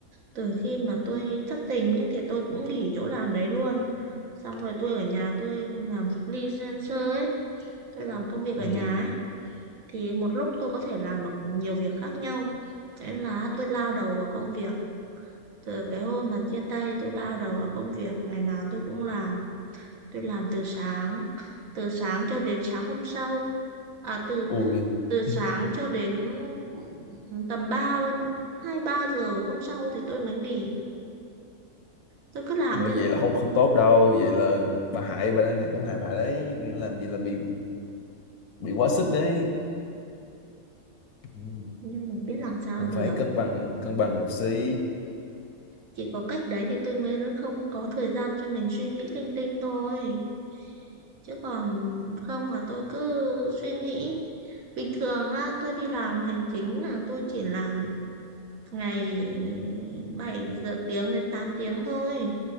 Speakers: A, on the right; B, on the left.
A: từ khi mà tôi thất tình ấy, thì tôi cũng nghỉ chỗ làm đấy luôn. Xong rồi tôi ở nhà tôi làm freelancer ấy, tôi làm công việc
B: ừ,
A: ở nhà ấy thì một lúc tôi có thể làm được nhiều việc khác nhau. Thế Nên là tôi lao đầu vào công việc. Từ cái hôm mà chia tay tôi lao đầu vào công việc, ngày nào tôi cũng làm. Tôi làm từ sáng, từ sáng cho đến sáng hôm sau. À từ
B: ui
A: từ sáng
B: <laughs>
A: cho đến ừ, tầm ba 2 3 giờ hôm sau thì tôi mới nghỉ. Tôi cứ làm
B: Ôi,
A: như thế
B: vậy là không không tốt đâu vậy là bà hại bà đang hại cũng hại bà đấy Kiểu làm gì là bị bị quá sức đấy Ừ.
A: nhưng mà biết làm sao
B: cũng
A: được.
B: phải cân bằng cân bằng một xí
A: Chỉ có cách đấy thì tôi mới không có thời gian cho mình suy nghĩ linh tinh thôi. Chứ còn không là tôi cứ suy nghĩ. Bình thường á, tôi đi làm hành chính là tôi chỉ làm ngày bảy giờ tiếng đến 8 tiếng thôi.